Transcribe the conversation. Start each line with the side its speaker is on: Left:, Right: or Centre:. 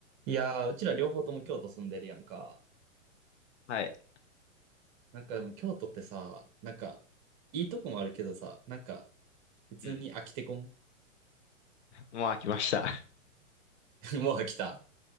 Right: いやー、うちら両方とも京都住んでるやんか。
Left: はい。
Right: なんかでも京都ってさ、なんか、いいとこもあるけどさ、なんか、普通に飽きてこん
Left: うん。もう飽きました。<laughs>
Right: <laughs> もう飽きた。